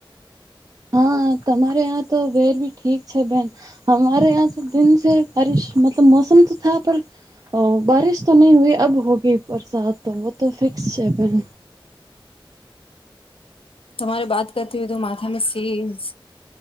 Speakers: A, on the right; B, on the left.
A: હા તમારે આ્યાં તો વેર ભી ઠીક છે બેન હમારે યાં તો દનસે બારિશ મતલબ મોસમ તો થ પર હ બારિશ તો નહી હોઈ અબ હોગઈ બરસાત તો વ તો ફિક્સ છે ભ
B: તમારે બાત કરતી હોય તો માથામે સિઝ